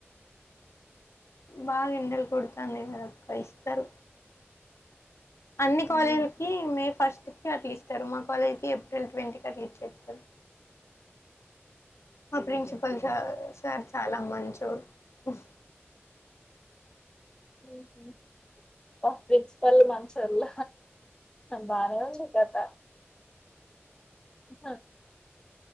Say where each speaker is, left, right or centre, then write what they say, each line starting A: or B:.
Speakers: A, on the left; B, on the left.
A: బాగ ఎండలు కొడతానయి కాదక్కా ఇస్తరు. అన్ని కాలేజీలకి
B: ఉమ్.
A: మే ఫస్ట్ కి అట్లిస్తారు. మా కాలేజ్ కి ఏప్రిల్ ట్వంటీ కి అట్ల ఇచ్చేత్తారు మా ప్రిన్సిపల్ స సార్ చాలా మంచోడు. హ్మ్
B: మ్హు. భా, ప్రిన్సిపల్ మంచొల్ల! బానే ఉంది. కథ. మ్ హ